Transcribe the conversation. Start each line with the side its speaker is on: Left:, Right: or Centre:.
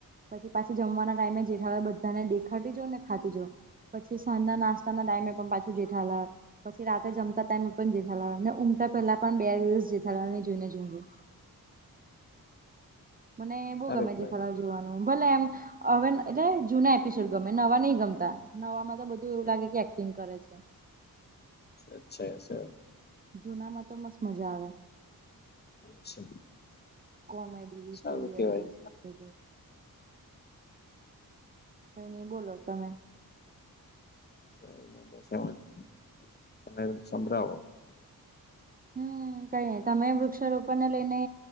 Right: પછી પાછી જમવાના ટાઈમે જેઠાલા બધાને દેખાતી જો ને ખાતી જ પછી સાંધા નાસ્તા ના ટાઈમે પણ પાછું જેઠાલા પછી રાતે જમતા ટાઈમે એ પણ જેથાલા ઉઊમટતા પહેલા પણ બે દિવસ જેથાલાલ જોઈને ઊઘું મને બહુ
Left: સારું
Right: ગમે
Left: કેવાય
Right: છે સલાહ જોવાનું ભલે એમ- - હવે એટલે જૂના એપિસોડ ગમે નવા નહ ગમતા. નવાવામાં તો બધું એવું લાગે કે એક્ટિંગ કરે છે.
Left: અચ્છા સર.
Right: જુના માં તો મસ્ત મજા આવે.
Left: છે.
Right: કોમેડી
Left: સારું
Right: સિરિયસ
Left: કેવાય
Right: બધું. કઈ નઈ બોલો તમે?
Left: કઈ નહી બસ એમ જ તમે સંભળાવો.
Right: હમ કઈ ન તમે વૃક્ષારોપણને લઈને